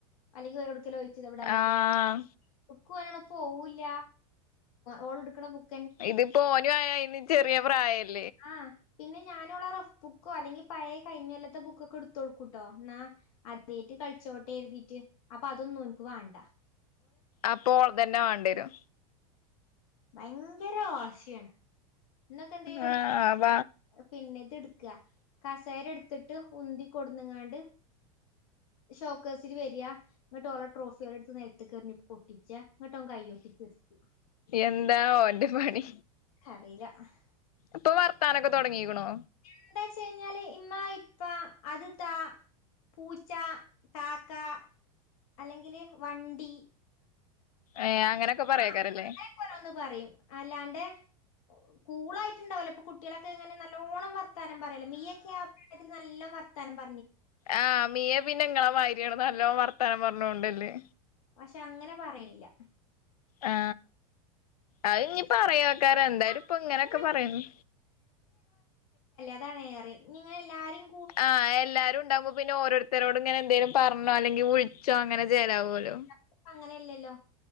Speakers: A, on the left; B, on the left.
A: അല്ലെങ്കിൽ എടുക്കലോ <unintelligible>
B: ആഹ്
A: <unintelligible> പോവൂല്ല ഓൺ എടുക്കണ ബുക്ക്‌
B: ഇത്പ്പോ ഒന് ആയ ഇന് ചെറിയ പ്രായല്ല
A: ആ പിന്നെ ഞാനുള്ള റഫ് ബുക്കോ അല്ലെങ്കി പഴ കഴിഞ്ഞ കൊല്ലത്തെ ബുക്കൊക്കെ എടുത്ത കൊടുക്കൂട്ടോ എന്നാ അതേട്ട് കളിച്ചോട്ടെ എഴുതിട്ട് അപ്പൊ അതൊന്നും ഓന്ക്ക് വാണ്ടാ
B: അപ്പൊ ഒള്തെ ന്നെ വാണ്ടി വരും
A: ഭയങ്കര വാശിയാണ് ഇന്നൊക്കെ എന്തേലും
B: ആ അ ബ
A: പിന്നെ ഇത് എടുക്കുക കസേര എടുത്തിട്ട് ഉന്തി കൊടുന്നങ്ങാണ്ട് ഷോക്കേഴ്സിൽ വര ഇങ്ങട്ട് ഓള ട്രോഫില്ലാം എടുത്ത് നൽത്ത്ക് കറിഞ്ഞ പൊട്ടിച്ച. ന്നട്ട് ഒന് കയ്യോട്ടി ചിര്ച്ചി
B: എന്താ ഓന്റെ പണി
A: അറീല ആഹ് <unintelligible>
B: ഇപ്പൊ വർത്താനൊക്കെ തുടങ്ങിയിക്ക് ണോ
A: എന്താച്ഴിഞ്ഞാല് ഇമ്മ ഇപ്പാ അത് താ പൂച്ചാ കാക്കാ അല്ലെങ്കില് വണ്ടി
B: ഏ അങ്ങനെയൊക്കെ പറയാക്കാരല്ലേ
A: ആ അങ്ങനെയൊക്കെ ഓരോന്ന് പറയും അല്ലാണ്ട് കൂളായിട്ടുണ്ടാവല്ലോ ഇപ്പ കുട്ടികളൊക്കെ ഇങ്ങനെ നല്ലോണം വ വർത്താനം പറയല് മീയക്കാ ആപ്രായത്തിൽ നല്ല തരമ്പ
B: ആ മീയെ പിന്നെങ്ങളെ നിങ്ങളെ മാതിരി ആണ് നല്ലോ വർത്താനം പറഞ്ഞൊണ്ട് അല്ലേ
A: പക്ഷെ അങ്ങനെ പറയണില്ല
B: ആ അത് ഇനിനി പറയാെയ ക്കാര എന്തായാലും
A: ആ,
B: ഇപ്പൊ ഇങ്ങനെയൊക്കെ
A: അങ്ങനെ
B: പറയുന്നു
A: അതാണ്എറെ നിങ്ങള എല്ലരും
B: ആ എല്ലാരും ഉണ്ടാവുമ്പോ പിന്ന ഓരോരുത്ത ത്തരോട് ഇങ്ങനെ എന്തേലും പറഞ്ഞോ അല്ലെങ്കിൽ വിഴിച്ചോ അങ്ങനെ ചലാവുമലോ
A: നമുക്ക് അങ്ങനെയല്ലല്ലോ